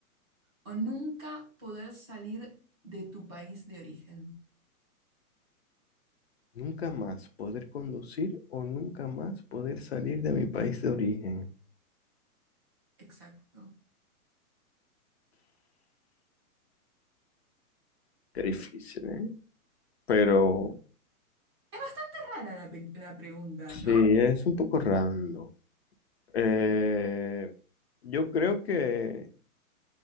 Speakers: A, on the right (about 20°); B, on the left (about 45°).
A: o nunca poder salir de tu país de origen?
B: nunca más poder conducir o nunca más poder salir de mi país de origen.
A: Exacto.
B: Qué difícil, ¿eh? Pero
A: Es bastante rara la, pe- la pregunta,
B: Sí,
A: ¿no?
B: es un poco rando. Eh, yo creo que,